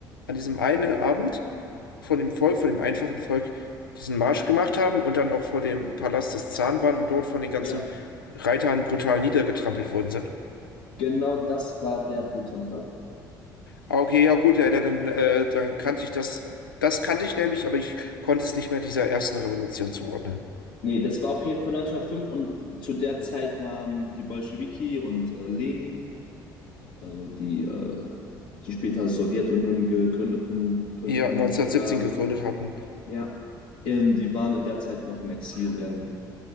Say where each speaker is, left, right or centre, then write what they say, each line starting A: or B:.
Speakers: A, on the left (about 85°); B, on the left (about 50°).
A: an diesem einen Abend von dem Volk, von dem einfachen Volk, diesen Marsch gemacht haben und dann auch vor dem Palast des Zaren waren und dort von den ganzen
B: Ja,
A: Reitern brutal niedergetrampelt worden sind?
B: genau das war der Blutsonntag.
A: Ah, okay, ja gut, ja, dann, äh, dann kannte ich das. Das kannte ich nämlich, aber ich konnte es nicht mehr dieser ersten Revolution zuordnen.
B: Ja. Nee, das war auf jeden Fall 1905 und zu der Zeit waren die Bolschewiki und äh, Lenin, also die, äh, die später Sowjetunion gegründeten, gegründeten
A: ja, 1917
B: äh,
A: gegründet hatten.
B: Ja, ähm, die waren in der Zeit noch im Exil in